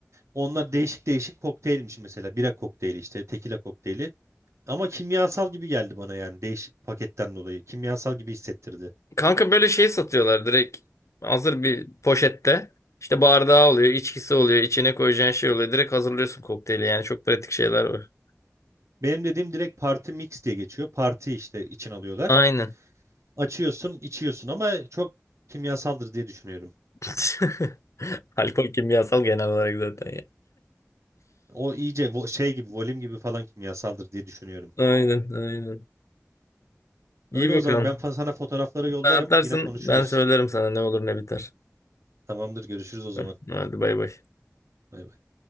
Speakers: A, on the right; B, on the left.
A: Onlar değişik değişik kokteylmiş mesela. Bira kokteyli işte tekila kokteyli. Ama kimyasal gibi geldi bana yani değişik paketten dolayı. Kimyasal gibi hissettirdi.
B: Kanka böyle şey satıyorlar direkt hazır bir poşette. İşte bardağı oluyor, içkisi oluyor, içine koyacağın şey oluyor. Direkt hazırlıyorsun kokteyli yani çok pratik şeyler var.
A: Benim dediğim direkt party mix diye geçiyor. Parti işte için alıyorlar.
B: Aynen.
A: Açıyorsun içiyorsun ama çok kimyasaldır diye düşünüyorum.
B: <laughs> Alkol kimyasal genel olarak zaten ya.
A: O iyice vo- şey gibi volüm gibi falan kimyasaldır diye düşünüyorum.
B: Aynen, aynen. İyi
A: Öyle
B: bakalım.
A: o zaman ben fa- sana fotoğrafları yollarım.
B: Sen atarsın,
A: Yine konuşuruz.
B: ben söylerim sana ne olur ne biter.
A: Tamamdır, görüşürüz o zaman.
B: Tamam, Hadi bay bay.
A: Bay bay.